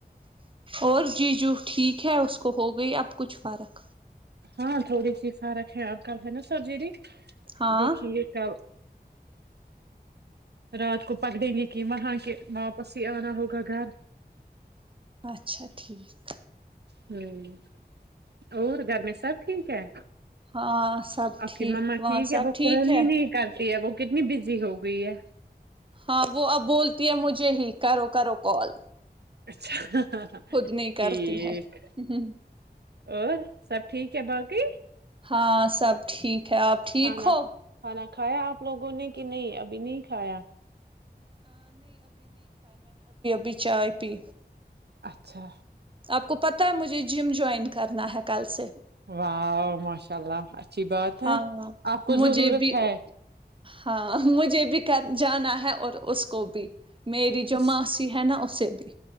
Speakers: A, on the right (about 30°); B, on the right (about 75°).
A: اور جی جو ٹھیک ہے اس کو ہو گئی اب کچھ فرق
B: ہاں تھوڑی سی فرق ہے آب کل ہے نا سرجیری
A: ہاں
B: دیکھیں گے کیا رات کو پکڑیں گے کہ وہاں کہ واپس ہی آنا ہوگا گھر
A: اچھا ٹھیک
B: ہمم اور گھر میں سب ٹھیک ہے
A: ہاں سب
B: آپ
A: ٹھیک
B: کی مما
A: وہاں
B: ٹھیک
A: سب
B: ہے وہ
A: ٹھیک
B: فون ہی
A: ہے
B: نہیں کرتی وہ کتنی بزی ہو گئی ہے
A: ہاں وہ اب بولتی ہے مجھے ہی کرو کرو کال
B: اچھا
A: خود نہیں
B: ٹھیک
A: کرتی ہے ہ
B: اور سب ٹھیک ہے باقی
A: ہاں سب ٹھیک خ آپ ٹھیک
B: کھانا
A: ہو
B: کھانا کھایا آپ لوگوں نے کہ نہیں ابھی نہیں کھایا
A: بچار پی
B: اچھا
A: آپ کو پتہ ہے مجھے جم جوائن کرنا ہے کل سے
B: و ماشاء اللہچ اچھی بات
A: ہاں
B: ہے آپ کو
A: مجھے
B: ضرورت
A: بھی
B: ہے
A: ہاں مجھے بھی کر جانا ہے اور اس کو بھی میری جو
B: اس
A: ماسی ہے نا اسے بھی